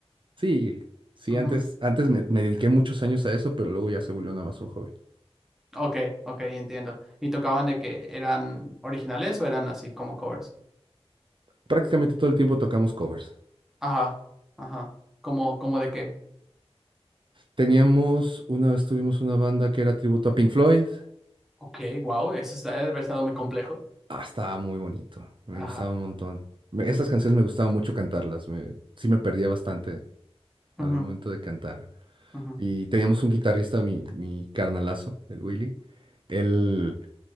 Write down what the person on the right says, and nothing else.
Sí, sí,
antes, antes me, me dediqué muchos años a eso, pero luego ya se volvió nada más un hobby.
Prácticamente todo el tiempo tocamos covers.
Teníamos, una vez tuvimos una banda que era tributo a Pink Floyd.
Ah, estaba muy bonito, me
gustaba un montón. Me- esas canciones me gustaba mucho cantarlas, me- sí me perdía bastante al
momento de cantar.
Y teníamos un guitarrista, mi, mi carnalazo, el Willy. Él,